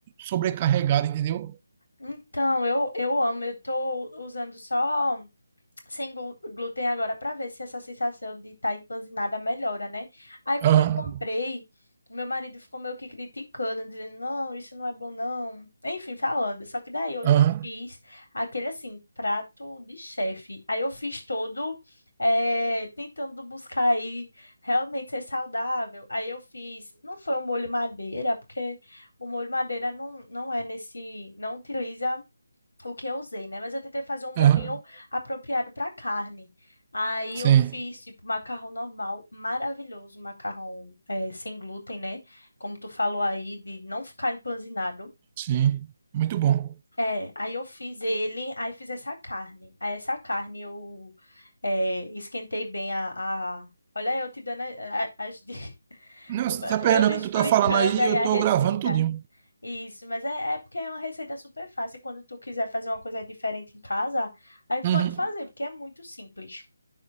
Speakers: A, on the right; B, on the left.
A: sobrecarregado, entendeu?
B: Então, eu, eu amo, eu tô usando só sem glú- glúten agora para ver se essa sensação de estar empanzinada melhora, né? Aí quando
A: Aham,
B: eu comprei, o meu marido ficou meio que criticando, dizendo, não, isso não é bom, não. Enfim, falando. Só que daí hoje
A: aham,
B: eu fiz aquele assim, prato de chefe. Aí eu fiz todo eh, tentando buscar aí realmente ser saudável. Aí eu fiz, não foi um molho madeira, porque o molho madeira não, não é nesse, não utiliza o que eu usei, né? Mas eu tentei fazer um molhinho
A: aham.
B: apropriado para carne. Aí
A: Sim,
B: eu fiz, tipo, macarrão normal, maravilhoso, macarrão eh, sem glúten, né? Como tu falou aí, de não ficar empanzinado.
A: sim. Muito bom.
B: É, aí eu fiz ele, aí fiz essa carne. Aí essa carne eu eh, esquentei bem a, a- Olha, eu te dando a- a- as... di- <laughs>
A: Não,
B: Como
A: você
B: é-
A: tá perdendo
B: eu
A: o
B: explicando
A: que tu tá falando aí,
B: aí
A: eu
B: a
A: tô
B: receita.
A: gravando tudinho.
B: Isso, mas é, é porque é uma receita super fácil. e Quando tu quiser fazer uma coisa diferente em casa, aí tu
A: Uhum,
B: pode fazer, porque é muito simples.